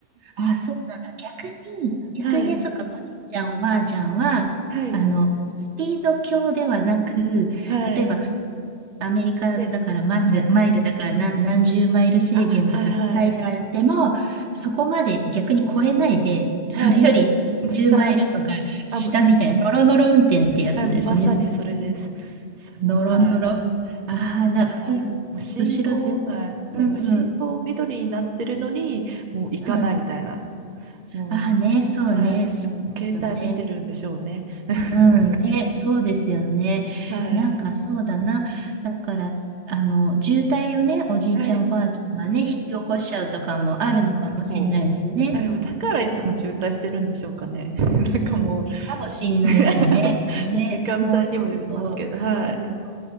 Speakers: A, on the right; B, on the right.
A: あ、そうなんだ。逆に、逆に、
B: はい、
A: そっか、おじいちゃん、おばあちゃんは、
B: はい、
A: あの、スピード強ではなく、
B: はい、
A: 例えば、
B: もう
A: アメリカだからマイル、
B: マイペース。はい、
A: マイルだから何何十マイル制限とか書いてあっても、
B: あ、はい、はい、
A: そこまで逆に超えないで、それより20マイルとか下みたいな、
B: はい。もう下、あ、もう、
A: ノロノロ運転ってやつですね。
B: はい、まさにそれです。
A: ずっとね
B: すもう、
A: ノロノロ。
B: はい。
A: ああ、
B: もうそは
A: な、
B: い。もう信号、
A: 後ろで。
B: はい。なんか信号緑になってるのに、
A: うんうん。
B: もう行かないみたいな。
A: うん。
B: もう、
A: ああね、そうね、
B: はい。
A: そうだね。
B: もう携帯見てるんでしょうね。<laughs>
A: うんね、そうですよね。
B: はい。
A: なんかそうだな。だから、あの、渋滞をね、おじいちゃんおばあちゃんがね、
B: はい。
A: 引き起こしちゃうとかもあるのかもしれないですね。
B: もう、はい、だからいつも渋滞してるんでしょうかね。<laughs> なんかも
A: かもしんないですね。
B: う
A: ね、
B: <laughs> もう時間帯にもよりますけど、
A: そうそうそう。
B: はい。
A: そう